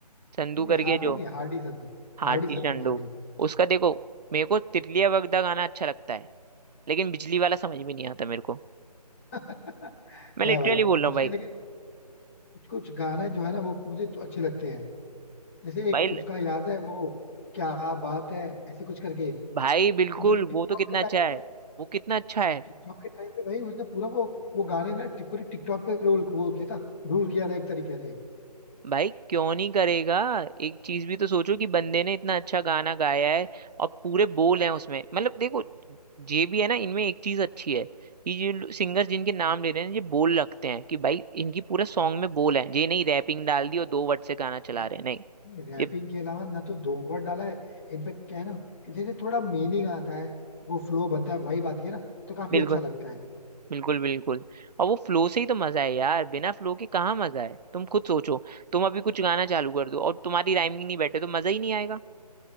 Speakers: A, on the right; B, on the left.
A: संधू
B: नहीं
A: करके
B: हार्दिक
A: जो
B: नहीं हार्डी संधू
A: हार्दिक
B: हार्डी संधू
A: संधू
B: हार्डी
A: उसका देखो मेरे को तितलिया वगदा गाना अच्छा लगता है लेकिन बिजली वाला समझ में नहीं आता मेरे को
B: <laughs>
A: मैं
B: है
A: लिटरली
B: भाई
A: बोल रहा
B: उसके
A: हूँ भाई
B: लेकिन कुछ कुछ गाना जो है ना वो मुझे तो अच्छे लगते हैं जैसे एक
A: भाई
B: उसका याद है वो क्या बात है ऐसे कुछ करके
A: भाई बिल्कुल
B: इनफेक्ट टिकटॉक
A: वो तो कितना
B: के टाइम
A: अच्छा
B: पे
A: है वो कितना अच्छा है
B: टिकटॉक के टाइम पे भाई उसने पूरा वो वो गाने ना टिप- पूरी टिकटॉक पे रोल वो किया था रूल किया था एक तरीके से
A: भाई क्यों नहीं करेगा एक चीज भी तो सोचो कि बंदे ने इतना अच्छा गाना गाया है और पूरे बोल हैं उसमें मतलब देखो ये भी है ना इनमें एक चीज अच्छी है कि ये सिंगर्स जिनके नाम ले रहे हैं ये बोल रखते हैं कि भाई इनकी पूरा सॉन्ग में बोल है ये नहीं रैपिंग डाल दी और दो वर्ड से गाना
B: नहीं,
A: चला रहे हैं नहीं
B: नहीं रैपिंग
A: ये
B: के अलावा ना तो दो वर्ड डाला है इनफेक्ट क्या है ना कि जैसे थोड़ा मीनिंग आता है वो फ्लो बनता है वाइब आती है ना तो काफी
A: बिल्कुल
B: अच्छा लगता है
A: बिल्कुल बिल्कुल और वो फ्लो से ही तो मजा है यार बिना फ्लो के कहाँ मजा है तुम खुद सोचो तुम अभी कुछ गाना चालू कर दो और तुम्हारी राइमिंग नहीं बैठे तो मजा ही नहीं आएगा